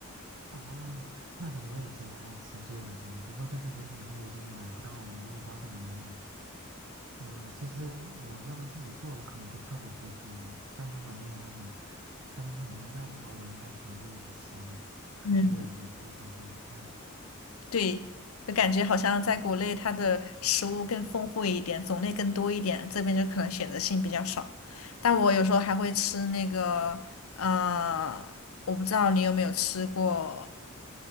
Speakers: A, on the right; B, on the left.
A: 啊，那种我也贼爱吃猪耳朵，不过在这边以后我就买不到了，我也不知道在哪能买。嗯，其实我要自己做，我可能不是特别会做，但如果能有那种餐厅里面卖的话，我应该挺乐意去吃的。可惜也也没有找到，
B: 嗯。
A: 唉。
B: 对，就感觉好像在国内它的食物更丰富一点，种类更多一点，这边就可能选择性比较少。但我有时候还会吃那个，呃，我不知道你有没有吃过